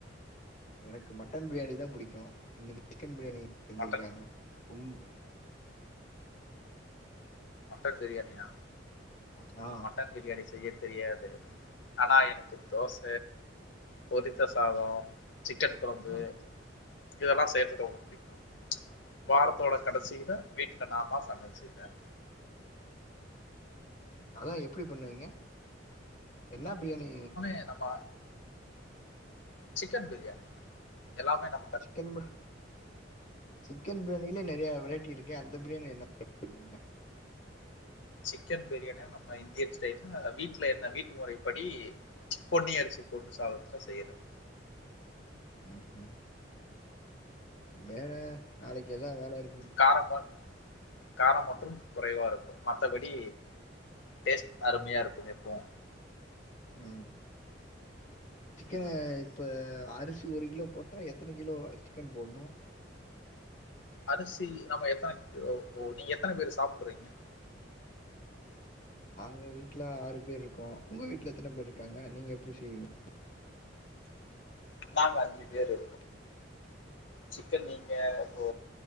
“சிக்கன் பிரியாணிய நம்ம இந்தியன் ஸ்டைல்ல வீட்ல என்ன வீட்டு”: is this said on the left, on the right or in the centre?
Left